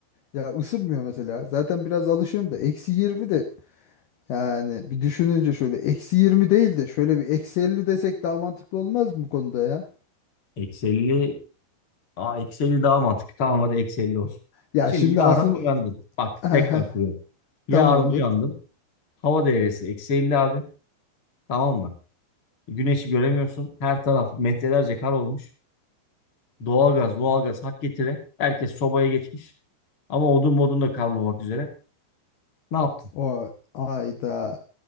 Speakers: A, on the left (about 65°); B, on the left (about 35°).
A: Ya ısınmıyor mesela zaten biraz alışıyorum da eksi 20 de yani bir düşününce şöyle eksi 20 değil de şöyle bir eksi 50 desek daha mantıklı olmaz mı bu konuda ya?
B: Eksi 50. Aa eksi 50 daha mantıklı. Tamam hadi eksi 50 olsun.
A: Ya
B: Şimdi
A: şimdi
B: yarın
A: aklım
B: uyandın. Bak tekrar
A: <laughs>
B: kuruyorum. Yarın
A: tamamdır.
B: uyandın. Hava değerisi eksi 50 abi. Tamam mı? Güneşi göremiyorsun. Her taraf metrelerce kar olmuş. Doğalgaz, doğalgaz hak getire. Herkes sobaya geçmiş. Ama odun modun da kalmamak üzere. Ne yaptın?
A: O ayda